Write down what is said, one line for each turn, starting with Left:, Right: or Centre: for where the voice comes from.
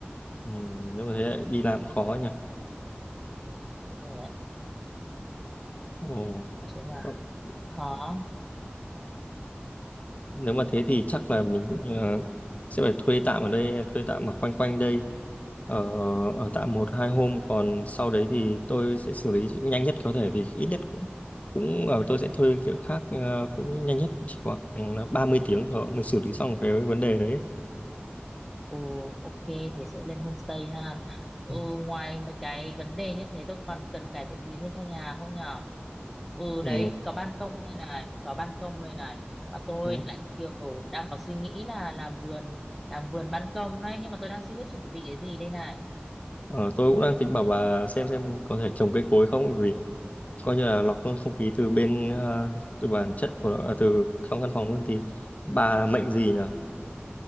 Left: Ừ. nếu mà thế lại đi làm cũng khó nhỉ
Centre: ừ, đúng rồi đấy
Left: Ồ.
Centre: nói chung là
Left: Ờ,
Centre: cũng khó
Left: nếu mà thế thì chắc là mình ờ, sẽ phải thuê tạm ở đây thuê tạm ở quanh quanh đây ở ở tạm một hai hôm còn sau đấy thì tôi sẽ xử lý nhanh nhất có thể thì ít nhất cũng cũng ở tôi sẽ thuê kiểu khác ờ, cũng nhanh nhất chỉ khoảng 30 tiếng thôi mình xử lý xong cái vấn đề đấy
Centre: Ồ, ok thì sẽ lên homestay ha. Ừ,
Left: ừ.
Centre: ngoài mấy cái vấn đề như thế tôi còn cần cải thiện gì thêm cho nhà không nhở? Ừ
Left: Ừ.
Centre: đấy, có ban công đây này, có ban công đây này. Mà tôi
Left: ừ.
Centre: lại kiểu đang có suy nghĩ là làm vườn, làm vườn ban công đấy, nhưng mà tôi đang chưa biết chuẩn bị cái gì đây này.
Left: Ờ, tôi cũng đang tính bảo bà xem xem có thể trồng cây cối không vì coi như là lọc không khí từ bên ờ, từ bản chất của nó, à, từ trong căn phòng luôn thì bà mệnh gì nhỉ